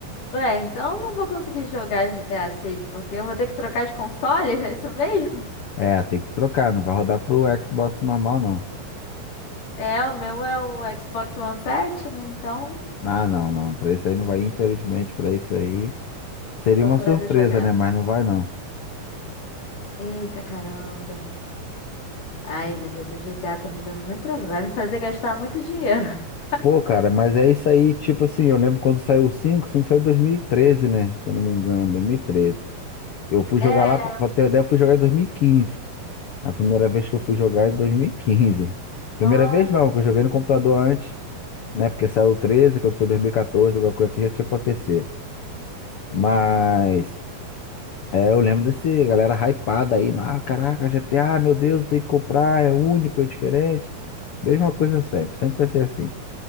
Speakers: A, on the left; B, on the left.
A: Ué, então eu não vou conseguir jogar GTA 6, porque eu vou ter que trocar de console, <laughs> é isso mesmo?
B: É, tem que trocar, não vai rodar pro Xbox normal, não.
A: É, o meu é o Xbox One Fat, né? Então,
B: Ah, não, não. Para isso aí não vai, infelizmente, para isso aí. Seria
A: tô
B: uma
A: fora
B: surpresa,
A: da jogada.
B: né? Mas não vai, não.
A: Eita caramba. Ai, meu Deus, o GTA tá me dando muito trabalho. Vai me fazer gastar muito dinheiro. <laughs>
B: Pô, cara, mas é isso aí, tipo assim, eu lembro quando saiu o cinco, o 5 saiu em 2013, né? Se eu não me engano, 2013. Eu fui
A: É,
B: jogar lá, pra ter uma ideia, eu fui jogar em 2015. A primeira vez que eu fui jogar é em 2015.
A: nossa.
B: Primeira vez não, que eu joguei no computador antes, né? Porque saiu o 13 quando foi 2014, alguma coisa assim, já tinha pra PC. Mas,
A: Uhum,
B: é, eu lembro desse galera hypada aí, ah, caraca, GTA, meu Deus, tem que comprar, é único, é diferente. Mesma coisa sempre, sempre vai ser assim.